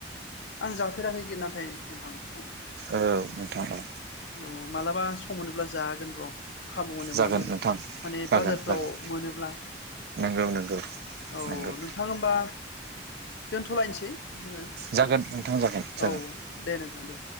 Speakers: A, on the left; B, on the right.
A: आं जाफेराखै गि नाथाय नोंथां बेखौ
B: औ नोंथां औ
A: औ मालाबा सम मोनोब्ला जागोन र' खाबु मोनोब्ला
B: जागोन
A: मोन
B: नोंथां
A: माने
B: जागोन
A: बाजारफोराव
B: जागोन
A: मोनोब्ला
B: नंगौ नंगौ
A: औ
B: नंगौ
A: नोंथां होमबा दोनथ'लायनोसै जोंङो
B: जागोन नोंथां जागोन जागोन
A: औ दे नोंथां दे